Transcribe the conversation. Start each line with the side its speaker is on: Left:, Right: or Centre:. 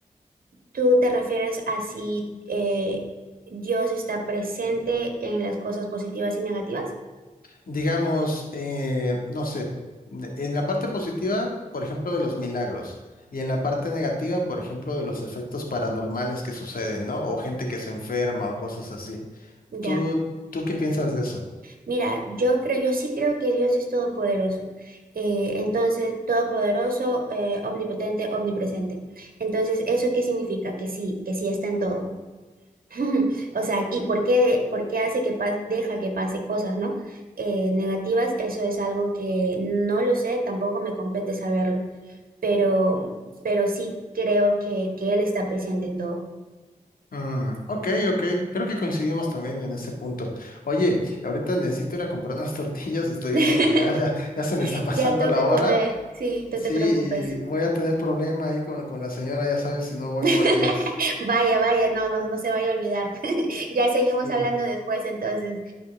Right: ¿Tú te refieres a si eh, Dios está presente en las cosas positivas y negativas?
Left: digamos, eh, no sé, n- en la parte positiva, por ejemplo, de los milagros, y en la parte negativa, por ejemplo, de los efectos paranormales que suceden, ¿no? O gente que se enferma o cosas así. ¿Tú,
Right: Ya.
Left: tú qué piensas de eso?
Right: Mira, yo creo, yo sí creo que Dios es todopoderoso. Eh, entonces, todopoderoso, eh, omnipotente, omnipresente. Entonces, ¿eso qué significa? Que sí, que sí está en todo. <laughs> O sea, ¿y por qué, por qué hace que pas- deja que pase cosas, ¿no? Eh, negativas, eso es algo que no lo sé, tampoco me compete saberlo, pero, pero sí creo que, que él está presente en todo.
Left: Mm, ok, ok, creo que coincidimos también en ese punto. Oye, ahorita necesito ir a comprar unas <laughs> tortillas, estoy
Right: <laughs>
Left: viendo que ya, ya, ya se me está pasando
Right: Ya toca
Left: la hora.
Right: comer, sí, no
Left: Sí,
Right: te preocupes.
Left: y voy a tener problema ahí con, con la señora, ya sabes, si no voy
Right: <laughs>
Left: por ellas.
Right: Vaya, vaya, no, no, no se vaya a olvidar. <laughs> Ya seguimos
Left: Sí.
Right: hablando después, entonces.